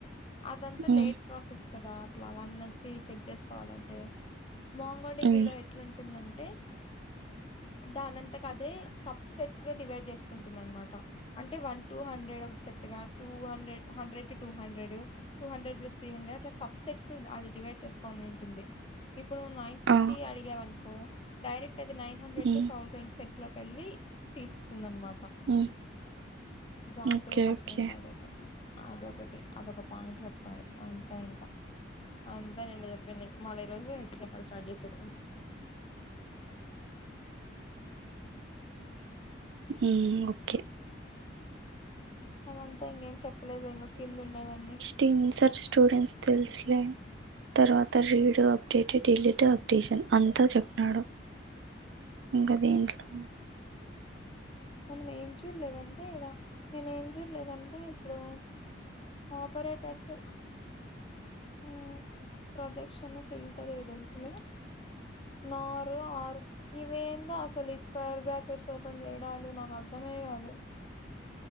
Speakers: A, on the left (about 30°); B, on the right (about 70°).
A: అదంతా
B: ఉమ్
A: లేట్ ప్రాసెస్ కదా అట్లా వన్ నుంచి చెక్ చేసుకోవాలన్ టే మోంగోడిబిలో
B: ఉమ్
A: ఎట్లుంటుందంటే దానింతక అదే సబ్ సెట్స్ గా డివైడ్ చేసుకుంటుంది అనమాట అంటే వన్ టూ హండ్రెడ్ ఒక సెట్ గా two hundred hundred to two hundred two hundred three hundred అట్ల సబ్ సెట్స్ అది డివైడ్ చేసుకొని ఉన్నింటుంది ఇప్పుడు ను నైన్ ఫిఫ్టీ
B: ఆ
A: అడిగావ్ అనుకో డైరెక్ట్ అది నైన్ హండ్రెడ్
B: ఉమ్
A: టు తౌసండ్ సెట్ ట్లోకి వెళ్ళి తీస్తుంది అనమాట
B: ఉమ్
A: జాంకులు
B: ఓకే
A: ఫస్ట్
B: ఓకే
A: నుంచి స్టార్ట్ చెయ్యకుండా అదొకటి అదొక పాయింట్ చెప్పాడు అంతే ఇంకా అంతే నిన్న చెప్పింది ఇ మళ్ళీ ఈ రోజు హెచ్ టి ప్పాల స్టార్ చేసాడు
B: మ్మ్ ఓకే
A: అవంతా ఇంగేం చెప్పలేదు ఇం కింద ఉన్నవన్నీ
B: టె ఇన్సర్చ్ స్టూడెంట్స్ తెలుసులే తర్వాత రీడు అప్డేట్ డిలీట్ అప్టీషన్ అంతా చెప్పినాడు ఇంకా దీంట్లో
A: మనం ఏం చూడలేదంటే ఇడ నేను ఏం చూడలేదంటే ఇప్పుడు ఆపరేటర్స్ మ్మ్ ప్రొజెక్షను ఫిల్టరు ఇవి తెలుసు లే నోరు ఆరు ఇవి ఏందో అసలు ఈ స్క్వైర్ బ్రాకెట్స్ ఓపెన్ చేయడాలు నాకు అర్ధమే కాదు